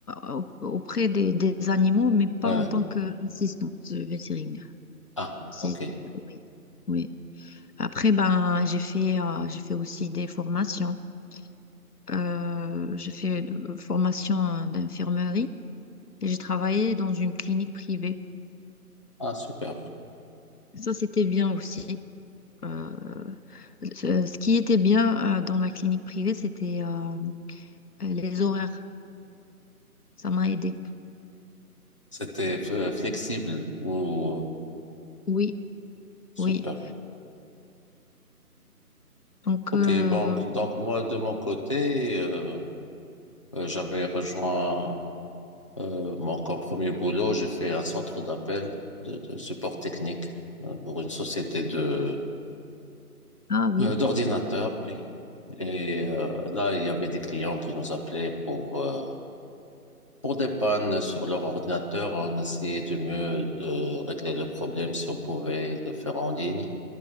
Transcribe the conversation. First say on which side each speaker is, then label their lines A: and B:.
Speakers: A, on the left; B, on the left.
A: euh, auprès des, des animaux, mais pas
B: ouais.
A: en tant qu'assistante vétérinaire.
B: Ah,
A: Si-
B: ok.
A: oui. Oui. Après, ben, j'ai fait, euh, j'ai fait aussi des formations. Euh, j'ai fait de- euh, formation d'infirmerie et j'ai travaillé dans une clinique privée.
B: Ah, super.
A: Ça, c'était bien aussi. Euh, ce ce qui était bien euh, dans la clinique privée, c'était euh, les horaires. Ça m'a aidé.
B: C'était euh, flexible ou
A: Oui,
B: super.
A: oui. Donc,
B: Ok,
A: euh,
B: donc, donc moi, de mon côté, euh, euh, j'avais rejoint Euh, bon, comme premier boulot, j'ai fait un centre d'appel de, de support technique euh, pour une société de
A: ah oui.
B: euh, d'ordinateurs, oui. Et euh, là, il y avait des clients qui nous appelaient pour euh, pour des pannes sur leur ordinateur. On essayait du mieux de régler le problème si on pouvait le faire en ligne.